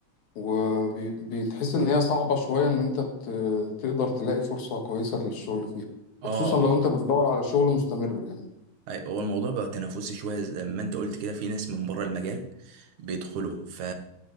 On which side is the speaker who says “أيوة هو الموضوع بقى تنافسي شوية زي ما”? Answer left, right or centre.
Right